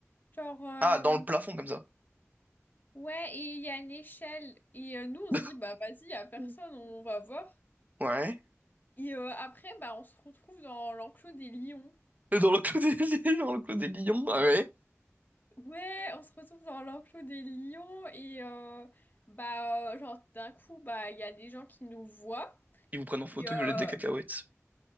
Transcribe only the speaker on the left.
Genre, euh,
ouais, et il y a une échelle. Et euh, nous, on
se dit, bah vas-y, il n'y a personne,
on va voir.
Et euh, après, bah, on se retrouve dans l'enclos des lions.
Ouais, on se retrouve dans l'enclos des lions et euh, bah euh, genre d'un coup bah il y a des gens qui nous voient
et euh,